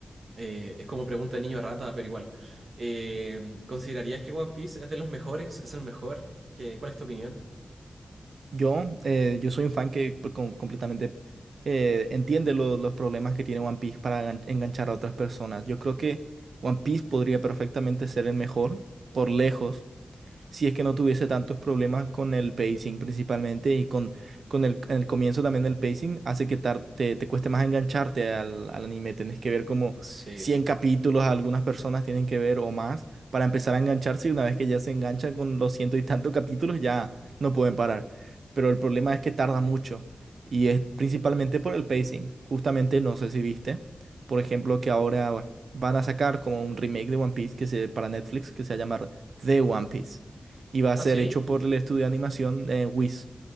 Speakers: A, on the right; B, on the right.
A: eh, es como pregunta de niño rata, pero igual. Eh, ¿considerarías que One Piece es de los mejores? ¿Es el mejor? ¿Qué, cuál es tu opinión?
B: Yo, eh, yo soy un fan que pues, com- completamente eh, entiende lo- los problemas que tiene One Piece para engan- enganchar a otras personas. Yo creo que One Piece podría perfectamente ser el mejor, por lejos, si es que no tuviese tantos problemas con el pacing principalmente y con, con el, en el comienzo también el pacing hace que tar- te, te cueste más engancharte al, al anime. Tenés que ver como
A: Sí.
B: 100 capítulos, algunas personas tienen que ver o más para empezar a engancharse y una vez que ya se enganchan con los ciento y tantos capítulos ya no pueden parar. Pero el problema es que tarda mucho y es principalmente por el pacing. Justamente no sé si viste, por ejemplo, que ahora van a sacar como un remake de One Piece que se, para Netflix que se llama The One Piece y va a
A: ¿Ah,
B: ser
A: sí?
B: hecho por el estudio de animación eh, Wiz.